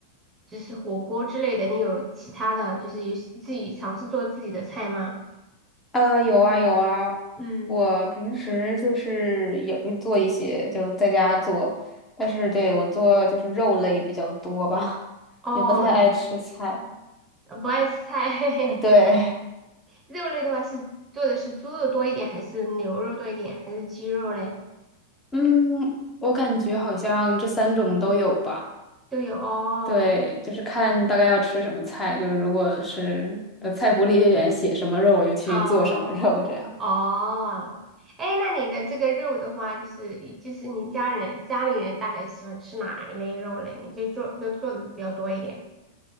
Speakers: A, on the right; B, on the left.
A: 就是火锅之类的，你有其他的就是有自己尝试做自己的菜吗？
B: 呃有啊有啊，
A: 嗯，
B: 我平时就是也会做一些，就在家做，但是对我做就是肉类比较多吧，
A: 哦，
B: 也不太爱吃菜。
A: 呃不爱吃菜，<laughs>
B: 嗯对，
A: 肉类的话是做的是猪肉多一点，还是牛肉多一点，还是鸡肉嘞？
B: 嗯，我感觉好像这三种都有吧。
A: 都有哦
B: 对，就是看大概要吃什么菜，就是如果是呃菜谱里面写什么肉，我就去做什么肉这样。
A: 哦哦。哎，那你的这个肉的话，就是就是你家人家里人大概喜欢吃哪一类肉嘞？你就做就做的比较多一点